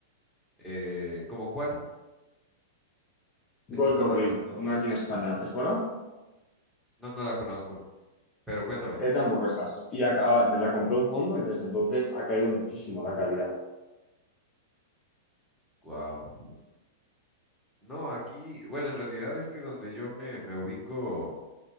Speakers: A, in the centre; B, on the left.
A: Eh, ¿cómo cuál? Estoy
B: Goico
A: pensando
B: Grill, una
A: una.
B: aquí en España, ¿te suena?
A: No, no la conozco, pero cuéntame.
B: Es de hamburguesas. Y acá, la compró un fondo y desde entonces ha caído muchísimo la calidad.
A: Wow. No, aquí, bueno, en realidad es que donde yo me, me ubico